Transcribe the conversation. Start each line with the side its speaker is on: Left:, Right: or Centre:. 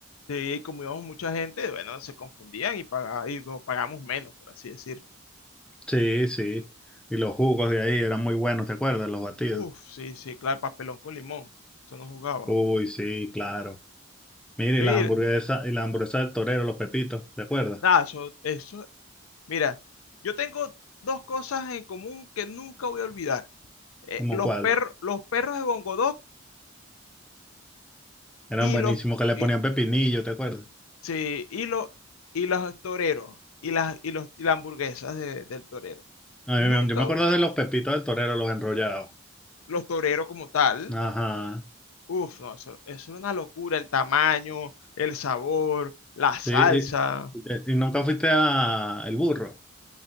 Left: Sí, y como íbamos mucha gente, bueno, se confundían y, paga- y bueno, pagamos menos, por así decir.
Centre: Sí, sí. Y los jugos de ahí eran muy buenos, ¿te acuerdas? Los batidos.
Left: Uf, sí, sí, claro, papelón con limón. Eso no jugaba.
Centre: Uy, sí, claro. Mira,
Left: Mira,
Centre: y las hamburguesas, y las hamburguesas del torero, los pepitos, ¿te acuerdas?
Left: nada, eso, eso, mira, yo tengo dos cosas en común que nunca voy a olvidar. Eh,
Centre: ¿Cómo
Left: los
Centre: cuál?
Left: perros, los perros de Bongodog
Centre: Eran
Left: y
Centre: buenísimos
Left: los,
Centre: que le
Left: y,
Centre: ponían pepinillo, ¿te acuerdas?
Left: sí, y los, y los toreros, y las, y los, y las hamburguesas de- del torero.
Centre: A
Left: Nunca,
Centre: mí me- yo me
Left: voy-
Centre: acuerdo de los pepitos del torero, los enrollados.
Left: los toreros como tal.
Centre: Ajá.
Left: Uf, no, eso, eso era una locura, el tamaño, el sabor, la salsa.
Centre: Sí, y, y- y nunca fuiste a El Burro.